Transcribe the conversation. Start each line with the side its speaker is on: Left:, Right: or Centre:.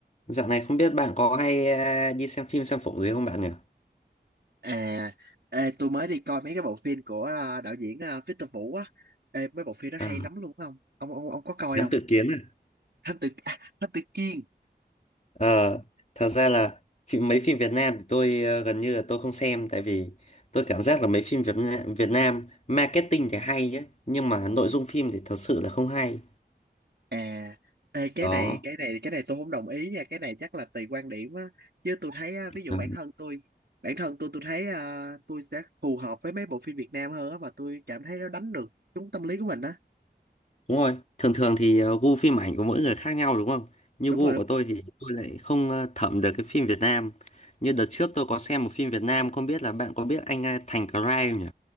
Left: Dạo này không biết bạn có hay à, đi xem phim xem phụng gì không bạn nhỉ?
Right: À, ê, tôi mới đi coi mấy cái bộ phim của à, đạo diễn à, Victor Vũ á. Ê, mấy bộ phim đó
Left: À,
Right: hay lắm luôn không? Ông ông ông có coi
Left: Thám
Right: không?
Left: Tử Kiên à?
Right: Thám tử à, Thám tử Kiên.
Left: Ờ, thật ra là phim, mấy phim Việt Nam thì tôi ờ, gần như là tôi không xem tại vì tôi cảm giác là mấy phim Việt Nam, Việt Nam marketing thì hay nhé nhưng mà nội dung phim thì thật sự là không hay.
Right: À, ê, cái
Left: Đó.
Right: này cái này cái này tôi không đồng ý nha. Cái này chắc là tùy quan điểm á. Chứ tôi thấy à, ví dụ
Left: Ờ,
Right: bản thân tôi bản thân tôi tôi thấy à, tôi sẽ phù hợp với mấy bộ phim Việt Nam hơn á mà tôi cảm thấy nó đánh được trúng tâm lý của mình á.
Left: Đúng rồi. Thường thường thì ờ, gu phim ảnh của mỗi người khác nhau đúng không? Như
Right: Đúng
Left: gu
Right: rồi. Đúng.
Left: của tôi thì tôi lại không ờ, thẩm được cái phim Việt Nam. Như đợt trước tôi có xem một phim Việt Nam không biết là bạn có biết anh ờ, Thành Cry không nhỉ?